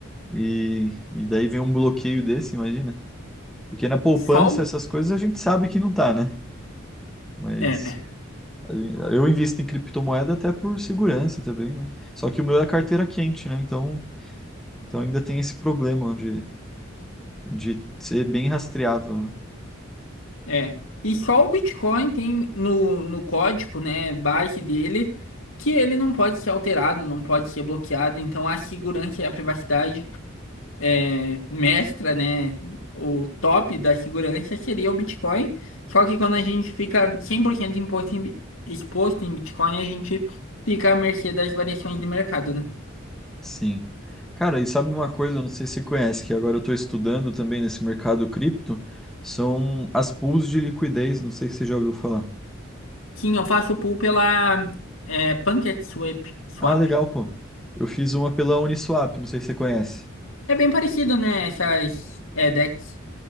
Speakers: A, in the centre; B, on the left.
A: e, e daí vem um bloqueio desse, imagina. Porque na poupança,
B: Só o-
A: essas coisas a gente sabe que não tá, né? Mas
B: É,
A: a gen- eu invisto em criptomoeda até por segurança também, né? Só que o meu é carteira quente, né? Então, então ainda tem esse problema de, de ser bem rastreável, né?
B: é. E só o Bitcoin tem no, no código, né, base dele, que ele não pode ser alterado, não pode ser bloqueado. Então a segurança e a privacidade é, mestra, né, o top da segurança seria o Bitcoin. Só que quando a gente fica 100% imposto em bi- exposto em Bitcoin, a gente fica à mercê das variações de mercado, né?
A: Sim. Cara, e sabe uma coisa, eu não sei se você conhece, que agora eu estou estudando também nesse mercado cripto, são as pools de liquidez, não sei se você já ouviu falar.
B: Sim, eu faço pool pela é, Pancake Swap. Swap.
A: Ah, legal, pô. Eu fiz uma pela Uniswap, não sei se você conhece.
B: É bem parecido, né? Essas é, decks.